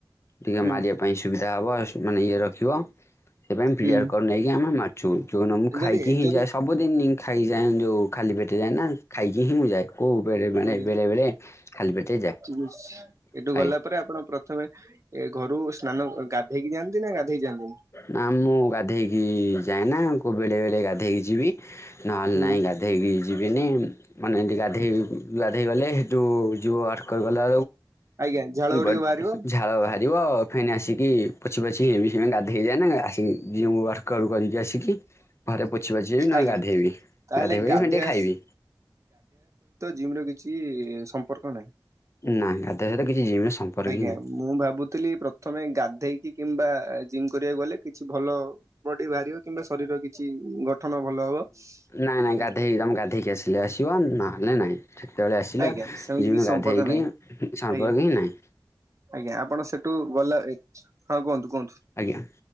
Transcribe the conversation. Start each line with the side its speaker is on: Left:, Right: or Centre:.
Left: ଟିକେ
Right: ହୁଁ
Left: ମାରିବା ପାଇଁ ସୁବିଧା ହବ, ମାନେ ଇଏ ରଖିବ। ସେ ପାଇଁ ପ୍ରି
Right: ହୁଁ
Left: ୱର୍କଆଉଟ୍ ନେଇକି ଆମ ମ ମାରୁଛୁ, ଯୋ ମୁଁ ଖାଇକି
Right: ଯଦି
Left: ହିଁ
Right: ଯଦି
Left: ଯାଏ ସବୁଦିନ ଖାଇଯାଏ ଯେଉଁ ଖାଲି ପେଟେ ଯାଏ ନା, ଖାଇକି ହିଁ ମୁଁ ଯାଏ। କୋଉ ବେଳେ ମାନେ
Right: ଆଜ୍ଞା
Left: ବେଳେ ବେଳେ ଖାଲି ପେଟେ ଯାଏ,
Right: ଠିକ ଅଛି ଏଠୁ ଗଲା
Left: ଆଜ୍ଞା।
Right: ପରେ ଆପଣ ପ୍ରଥମେ ଏ ଘରୁ ସ୍ନାନ, ଗାଧେଇକି ଯାଆନ୍ତି ନା ଗାଧେଇ ଯାଆନ୍ତିନି?
Left: ନା ମୁଁ ଗାଧେଇକି ଯାଏ ନା, କୋଉ ବେଳେ ବେଳେ ଗାଧେଇକି ଯିବି। ନହେଲେ
Right: ହୁଁ
Left: ନାହିଁ ଗାଧୋଇକି ଯିବିନି। ମାନେ ଏନ୍ତି ଗାଧୋଇ, ଗାଧୋଇ ଗଲେ ସେଠୁ ଯିବ ଆର କରିର ଗଲା
Right: ଆଜ୍ଞା ଝାଳ ଗୁଡିକ
Left: ବେଳକୁ
Right: ବାହାରିବ
Left: ଝାଳ ବାହାରିବ ଫେନ ଆସିକି ପୋଛି ପଛି ସେ ଗା ଧେ ଯାଏନା ଆସିକି ଜିମ ରୁ ୱର୍କଆଉଟ୍ କର କରିକି ଆସିକି ଘରେ ପୋଛି ପାଛି ବି ନହଲେ
Right: ଆଜ୍ଞା
Left: ଗାଧେଇବି,
Right: ତାହେଲେ
Left: ଗାଧେଇ ପଡିକି
Right: ଗାଧେଇବା
Left: କଣ ଟିକେ ଖାଇବି।
Right: ଜିମ ର କିଛି ସମ୍ପର୍କ ନାହିଁ।
Left: ନାଇଁ ଗାଧେଇବା ସହିତ କିଛି ଜିମ ର ସମ୍ପର୍କ
Right: ଆଜ୍ଞା,
Left: ହିଁ ନାହିଁ।
Right: ମୁଁ ଭାବୁଥିଲି ପ୍ରଥମେ ଗାଧେଇକି କିମ୍ବା ଜିମ୍ କରିବାକୁ ଗଲେ କିଛି ଭଲ ବଡି ବାହାରିବ। କିମ୍ବା ଶରୀର କିଛି ଗଠନ ଭଲ ହବ,
Left: ନାଇଁ ନାଇଁ ଗାଧେଇ
Right: ଆଜ୍ଞା।
Left: ତମେ ଗାଧେଇକି ଆସିଲେ ଆସିବ ନହେଲେ ନାହିଁ ସେତେବେଳେ ଆସିଲ
Right: ଆଜ୍ଞା ସେମିତି
Left: ଜିମି
Right: କିଛି
Left: ଗାଧୋଇକି
Right: ସମ୍ପର୍କ ନାହିଁ
Left: ସମ୍ପର୍କ
Right: ଆଜ୍ଞା
Left: ହିଁ ନାହିଁ।
Right: ଆଜ୍ଞା ଆପଣ ସେଠୁ ଗଲା, ହଁ କୁହନ୍ତୁ କୁହନ୍ତୁ?
Left: ଆଜ୍ଞା,